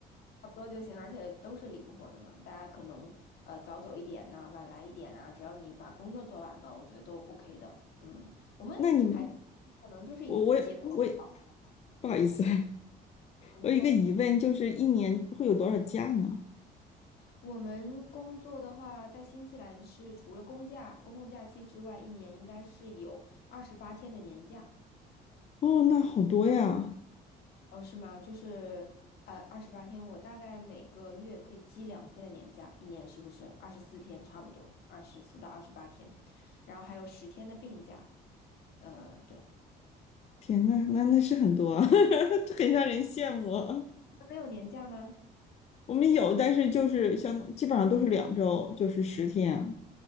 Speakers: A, on the left; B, on the left.
A: 差不多就行，而且都是灵活的嘛。大家可能呃早走一点呐、晚来一点啊，只要你把工作做完了，我觉得都 OK 的。嗯，
B: <laughs>
A: 我们还
B: 那你们，
A: 可能就是以结果导向
B: 我我也我不好意思，
A: 嗯，您说。
B: 我有一个疑问，就是一年会有多少假呢？
A: 我们工作的话，在新西兰是除了公假、公共假期之外，一年应该是有二十八天的年假。
B: 哦，那好多呀！
A: 哦，是吗？就是呃，二十八天，我大概每个月可以积两天的年假，一年是不是二十四天差不多？二十四到二十八天，然后还有十天的病假。嗯、对，
B: 天呐，那那是很多啊，<laughs> 这很让人羡慕啊。
A: 你们没有年假吗？
B: 我们有，但是就是像基本上都是两周，就是十天啊。